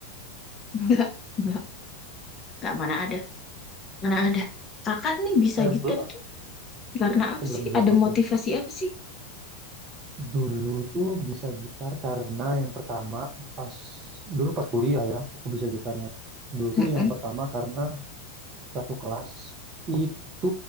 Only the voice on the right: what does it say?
kayak
belum
aku belum
jawab
ya.
Dulu tuh bisa gitar karena yang pertama pas dulu pas kuliah ya aku bisa gitarnya. Dulu
tuh yang pertama karena satu kelas itu